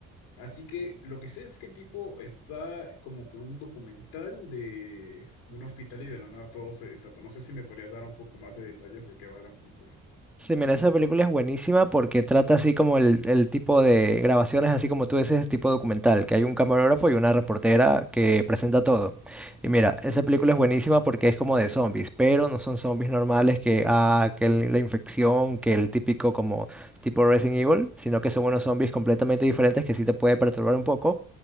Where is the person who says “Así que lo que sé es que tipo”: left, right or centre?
Left